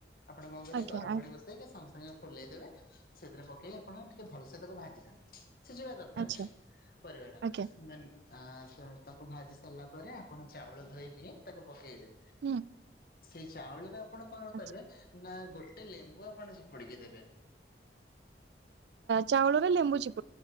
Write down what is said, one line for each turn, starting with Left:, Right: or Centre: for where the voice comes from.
Left: ଆପଣ କଣ କରିବେ
Right: ଆଜ୍ଞା
Left: ଗରମ
Right: ଆଜ୍ଞା
Left: ପାଣି ବସେ ସଙ୍ଗେ ସାଙ୍ଗେ ଫୁଲେଇଦେବେ ସେଥିରେ ପକେଇକି ଆପଣ ଟିକେ ଭଲସେ ତାକୁ ଭାଜି ଦେବେ। ସିଜିବା ଦରକାର
Right: ଆଚ୍ଛା
Left: ନାହିଁ ପରିବାଟା
Right: ଆଜ୍ଞା
Left: ମାନ ଆ ତାକୁ ଭାଜି ସାରିଲା ପରେ ଆପଣ ଚାଉଳ ଧୋଇକି ତାକୁ ପକେଇବେ।
Right: ହୁଁ
Left: ସେଇ ଚାଉଳରେ ଆପଣ କଣ
Right: ଆଚ୍ଛା
Left: କରିବେ ନା ଗୋଟେ ଲେମ୍ବୁ ଆପଣ ଚିପୁଡିକି ଦେବେ।
Right: ଚାଉଳରେ ଲେମ୍ବୁ ଚିପୁ